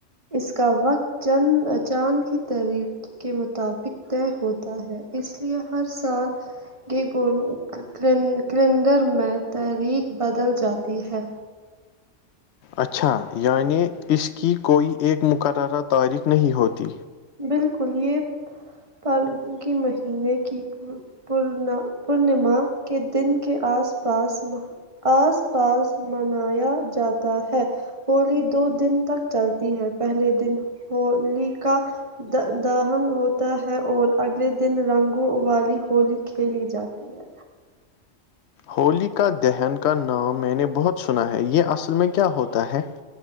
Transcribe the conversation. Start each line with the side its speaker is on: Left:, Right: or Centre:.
Right: اس کا وقت چند چاند کی طریق کے مطابق طے ہوت تا ہے اس لیے ہر سال کی ککیلون کیلینڈ کیلنڈر میں تاریخ بدل جاتی ہے
Left: اچھا یعنی اس کی کوئی ایک مقررہ تاریخ نہیں ہوتی
Right: بالکل یہ پالگو کی مہینے کی پورنا پورنیما کے دن کے آس پاس آس پاس منایا جاتا ہے ہولی دو دن تک چلتی ہے پہلے دن ہولی کا د دہن ہوتا ہے اور اگلے دن رنگوں والی ہولی کھیلی جاتی ہے
Left: ہولی کا دہن کا نام میں نے بہت سنا ہے یہ اصل میں کیا ہوتا ہے